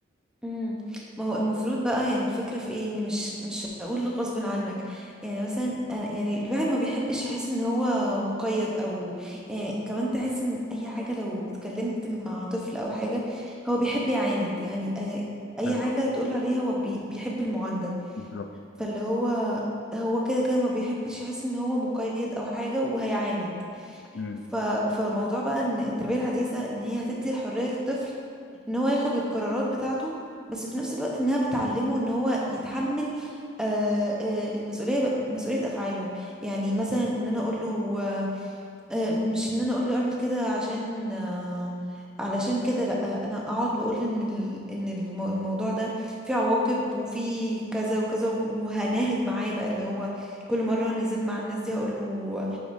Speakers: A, in the centre; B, on the left.
A: امم ما هو المفروض بقى يعني الفكرة في ايه ان مش مش هقول غصب عنك يعني مثلا أنا- يعني الواحد ما بيحبش يحس ان هو مقيد او يعني كمان تحس ان اي حاجة لو اتكلمت مع طفل او حاجة هو بيحب يعاند يعني اي أي
B: بالظبط
A: حاجة تقول عليها هو بي بيحب المعاندة
B: بالظبط
A: فاللي هو هو كده كده ما بيحبش يحس ان هو مقيد او حاجة وهيعاند
B: مم.
A: ف... فالموضوع بقى ان التربية الحديثة ان هي هتدي الحرية للطفل ان هو ياخد القرارات بتاعته بس في نفس الوقت انها بتعلمه ان هو يتحمل آه، آه، المسؤولية مسؤولية افعاله يعني مثلا ان انا اقول له آه، مش ان انا اقول له اعمل كده عشان آه، علشان كده لا انا اقعد واقول ان ال- ان المو- الموضوع ده فيه عواقب وفيه كذا وكذا وهناهد معاه بقى اللي هو كل مرة نزل مع الناس دي هقول له